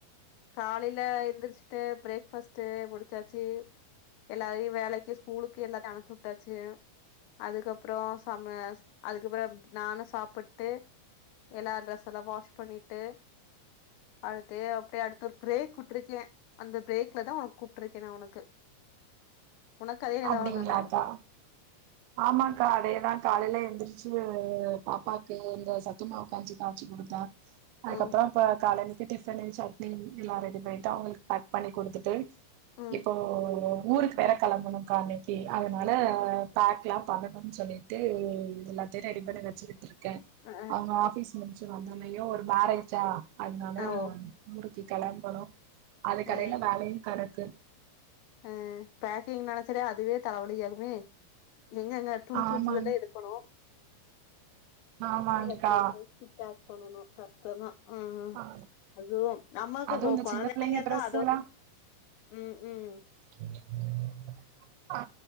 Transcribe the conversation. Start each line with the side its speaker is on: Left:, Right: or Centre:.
Left: காலைய்ல எந்திர்ச்ட்டு ப்ரேக்பஸ்ட்டு முடிச்சாச்சி எல்லாரையி வேலைக்கு ஸ்கூலுக்கு எல்லாத்தி அனுப்ச்சி வுட்டாச்சி அதுக்கப்றோ சம்மஸ் அதுக்கப்றம் நானு சாப்புட்டு எல்லா ட்ரெஸ் எல்லா வாஷ் பண்ணிட்டு அழுத்து அப்டியே அடு துர் ப்ரேக் விட்ருக்யே அந்த ப்ரேக்ல தா உ கூப்ட்ருக்கே நா உனக்கு உனக்கு அதே நில
Right: அப்டிங்களாக்கா
Left: அவ்ளந்தானா
Right: ஆமாக்கா அதேதா காலைய்ல எந்திர்ச்சு பாப்பாக்கு இந்த சத்துமாவ் கஞ்சி காச்சி குடுத்தே அதுக்கப்றோ
Left: ம்
Right: போ காலைலிக்கி டிஃபன்னு சட்னி எல்லா ரெடி பண்ணிட்டு அவ்ங்ளுக் பேக் பண்ணி குடுத்துட்டு
Left: ம்
Right: இப்போ ஊருக்கு வேற கெளம்பணு கா அன்னைக்கி அதனால பேக்லா பண்ணணும் சொல்லிட்டு எஎ எல்லாத்தையு ரெடி பண்ணி வச்சிட்டிரு க
Left: அ அ
Right: அவ்ங்க ஆஃபீஸ் முடிச்சு வந்தோனே ஐயோ ஒரு மார் ஆய்ச்சா அதுனால
Left: அ ஓ
Right: மூருக்கு கெளம்பனு அது கடைய்ல
Left: அ
Right: வேலையு கடக்கு
Left: அ பேக்கிங் நெனச்சாலே அதுவே தலவலி ஆகுமே எங்கங்க துணிச்சு
Right: ஆமாங்
Left: வச்சதுல எடு பனோ
Right: ஆமாங்க்கா
Left: இல்ல த்ரீடு ப்ரைஸ்டிக் பேக் பண்ணனு கஷ்டோதா ஆஹா
Right: ஆ
Left: அதுவும் நம்மக்கு
Right: அதுவு
Left: கோ
Right: இந்த
Left: கொழந்தையதா
Right: சின்ன பிள்ளைங்க ட்ரெஸ்ஸுல்லா
Left: அதாது ம்ம்
Right: <inaudible> ஆ